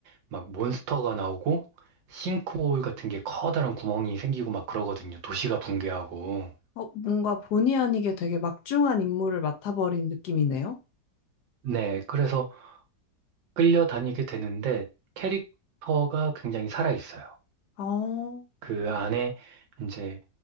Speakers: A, on the right (about 85°); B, on the left (about 70°).
A: 막 몬스터가 나오고 싱크홀 같은 게 커다란 구멍이 생기고 막 그러거든요. 도시가 붕괴하고.
B: 뭔가 본의 아니게 되게 막중한 인물을 맡아버린 느낌이네요.
A: 네. 그래서 끌려다니게 되는데 캐릭터가 굉장히 살아있어요.
B: 어,
A: 그 안에 이제